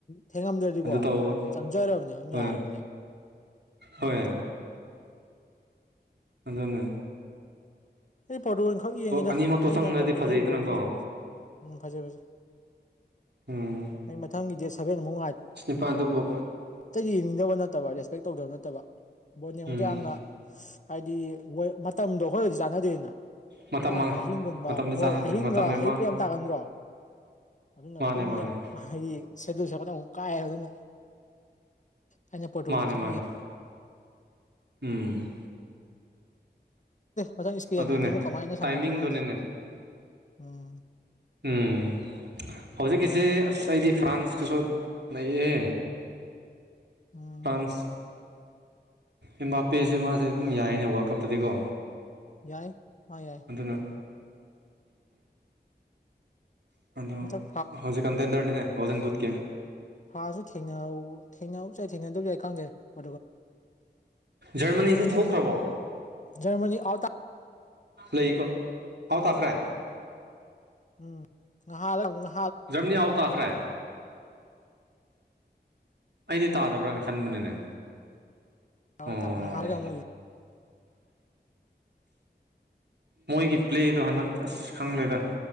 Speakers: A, on the left (about 45°); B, on the right (about 70°).
A: ꯊꯦꯡꯉꯝꯗ꯭ꯔꯗꯤꯀꯣ
B: ꯑꯗꯨ ꯇꯧꯕ
A: ꯆꯪꯖꯔꯕꯅꯦꯕ ꯑꯗꯨꯝ
B: ꯍꯣꯏ
A: ꯌꯥꯔꯕꯅꯦꯕ
B: ꯍꯣꯏ
A: ꯍ ꯇꯃ
B: ꯑꯗꯨꯗꯅ
A: ꯑꯩ ꯄ꯭ꯔꯣꯇ ꯑꯣꯏꯅꯈꯛ ꯌꯦꯡꯉꯤꯗ
B: ꯑꯅꯤꯃꯛꯇꯣ
A: ꯑꯇꯩ
B: ꯆꯪꯉꯗꯤ
A: ꯃꯇꯝ
B: ꯐꯖꯩꯗꯅꯀꯣ
A: ꯑꯇꯩ ꯕꯣꯟ ꯌꯦꯡꯗꯦ ꯎꯝ ꯐꯖꯦ ꯐꯖꯦ
B: ꯎꯝ
A: ꯑꯩ ꯃꯊꯪꯒꯤ ꯗꯦꯠ ꯁꯚꯦꯟꯃꯨꯛ ꯉꯥꯏ
B: ꯑꯁ ꯅꯤꯄꯥꯗꯨꯕꯨ
A: ꯑꯇꯩꯗꯤ ꯌꯦꯡꯅꯤꯡꯗꯕ ꯅꯠꯇꯕ ꯔꯦꯁꯄꯦꯛ ꯇꯧꯗꯕ ꯅꯠꯇꯕ ꯕꯣꯠ ꯌꯦꯡꯕꯗ
B: ꯎꯝ
A: ꯌꯥꯝꯅ ꯍꯥꯏꯗꯤ ꯍꯣꯏ ꯃꯇꯝꯗꯣ ꯍꯣꯏꯒꯗꯤ ꯆꯥꯟꯅꯗꯦꯅ
B: ꯃꯇꯝ
A: ꯌꯥꯝꯌꯥꯝꯅ
B: ꯃꯥꯡꯉꯦ
A: ꯑꯍꯤꯡꯒꯨꯝꯕ
B: ꯃꯇꯝꯗꯤ
A: ꯍꯣꯏ
B: ꯆꯥꯟꯅꯗ꯭ꯔꯦ
A: ꯑꯍꯤꯡꯒ
B: ꯃꯇꯝ
A: ꯑꯌꯨꯛꯀ
B: ꯃꯥꯡꯉꯦ
A: ꯌꯥꯝ ꯇꯥꯒꯟꯗ꯭ꯔꯣ ꯑꯗꯨꯅ
B: ꯃꯥꯅꯦ
A: ꯇꯨꯝꯕꯗ
B: ꯃꯥꯅꯦ
A: ꯌꯥꯝ ꯍꯥꯏꯗꯤ ꯁꯦꯗꯨꯜꯁꯦꯄꯗ ꯌꯥꯝꯨꯛ ꯀꯥꯏꯌꯦꯦꯕ ꯑꯗꯨꯅ ꯑꯩꯅ ꯄꯣꯇꯣꯟꯈꯛ
B: ꯃꯥꯅꯦ ꯃꯥꯅꯦ
A: ꯌꯦꯉ
B: ꯎꯝ
A: ꯃꯊꯪ ꯏꯁꯄꯦꯟꯒꯅ
B: ꯑꯗꯨꯅꯦ
A: ꯑꯃꯨꯛ ꯀꯃꯥꯏꯅ ꯁꯥꯟꯅꯔꯛꯀꯅꯣꯪꯁꯦ
B: ꯇꯥꯏꯃꯤꯡꯗꯨꯅꯤꯅꯦ
A: ꯎꯝ
B: ꯎꯝ ꯍꯧꯖꯤꯛꯀꯤꯁꯤ ꯑꯁ ꯑꯩꯗꯤ ꯐ꯭ꯔꯥꯟꯁꯀꯁꯨ ꯅꯑꯍ
A: ꯎꯝ
B: ꯐ꯭ꯔꯥꯟꯁ ꯏꯝꯕꯥꯄꯦꯁꯦ ꯃꯥꯁꯦ ꯑꯗꯨꯝ ꯌꯥꯏꯅꯦ ꯋꯥꯔꯜ ꯀꯞꯇꯗꯤꯀꯣ
A: ꯌꯥꯏ ꯍ ꯌꯥꯏ
B: ꯑꯗꯨꯅ ꯎꯝ ꯑꯗꯣ
A: ꯍꯟꯇꯛ
B: ꯍꯧꯖꯤꯛ ꯀꯟꯇꯦꯟꯗꯔꯅꯤꯅꯦ ꯒꯣꯜꯗꯟ ꯕꯨꯠꯀꯤ
A: ꯁꯥꯥꯁꯨ ꯊꯦꯡ ꯊꯦꯡꯅ ꯆꯦ ꯊꯦꯡꯅꯗꯕꯁꯨꯏ ꯈꯪꯗꯦ ꯀꯣ
B: ꯖꯔꯃꯅꯤꯁꯤꯦ ꯊꯣꯛꯈ꯭ꯔꯕꯣ
A: ꯔꯃꯅꯤ ꯑꯇꯥ
B: ꯂꯩꯀꯣ ꯍꯥꯎ ꯇꯈ꯭ꯔꯦ
A: ꯎꯝ ꯉꯍꯥꯗ ꯑꯃꯨꯛ ꯉ
B: ꯝꯅꯤ ꯑꯋꯥ ꯇꯈ꯭ꯔꯦ ꯑꯩꯗꯤ
A: ꯇꯥꯔꯦ
B: ꯇꯥꯗꯕ꯭ꯔꯅ ꯈꯟꯕꯅꯤꯅꯦ
A: ꯔ
B: ꯑꯣ
A: ꯇꯥꯔ ꯍꯥꯔꯒꯃꯒ
B: ꯃꯣꯏꯒꯤ ꯄ꯭ꯂꯦꯗꯣ ꯍꯟꯗꯛ ꯑꯁ ꯈꯪꯗꯦꯗ